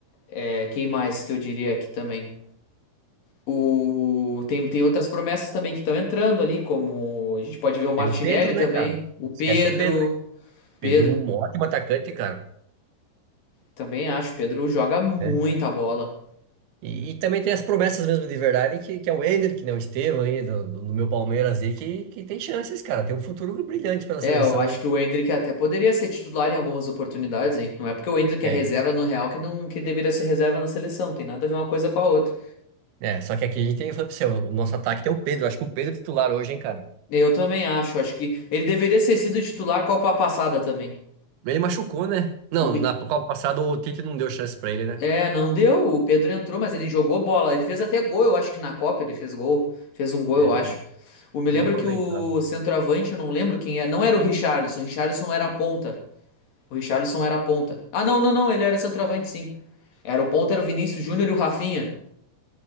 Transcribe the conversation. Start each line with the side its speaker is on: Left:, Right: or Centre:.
Left: É, quem mais que eu diria aqui também? O, tem, tem outras promessas também que estão entrando ali, como a gente pode ver o Martinelli
Right: Tem o Pedro,
Left: também,
Right: né, cara?
Left: o Pedro.
Right: Esquece o Pedro, né?
Left: Pedro,
Right: Pedro é um ótimo atacante, cara.
Left: também acho. Pedro joga muita
Right: né?
Left: bola.
Right: E, e também tem as promessas mesmo de verdade, que, que é o Endrick, né? O Estevão aí, do, do do meu Palmeiras aí, que, que tem chances, cara. Tem um futuro brilhante pela
Left: É,
Right: seleção,
Left: eu acho
Right: hein?
Left: que o Endrick até poderia ser titular em algumas oportunidades, hein? Não é porque o Endrick
Right: É.
Left: é reserva no Real que não que deveria ser reserva na seleção. Tem nada a ver uma coisa com a outra.
Right: É, só que aqui a gente tem, eu falei pra você, o nosso ataque tem o Pedro. Acho que o Pedro é titular hoje, hein, cara.
Left: Eu também acho. Acho que ele deveria ter sido titular a Copa passada também.
Right: Ele machucou, né? Não,
Left: O Ri-
Right: na Copa passada o Tite não deu chance pra ele, né?
Left: é, não deu. O Pedro entrou, mas ele jogou bola. Ele fez até gol, eu acho que na Copa ele fez gol. Fez um gol, eu
Right: É,
Left: acho.
Right: foi, um-
Left: Eu me
Right: foi
Left: lembro
Right: mal aproveitado.
Left: que o centroavante, eu não lembro quem é. Não era o Richarlison. Richarlison era a ponta. O Richarlison era ponta. Ah, não, não, não, ele era centroavante, sim. Era o ponta, era o Vinícius Júnior e o Rafinha.